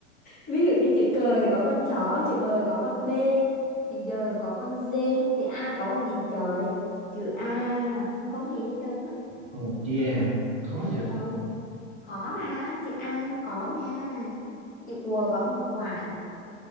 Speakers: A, on the left; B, on the right.
A: Ví dụ như chữ cờ thì có con chó, chữ bờ có con B, chữ giờ có con D, nhưng chữ A có con gì trời? Chữ A là không có cái gì hết trơn á.
B: Con vật kia hả? Khó vậy.
A: Ừ, khó mà, chữ A không có nha. Chữ quờ có con quả,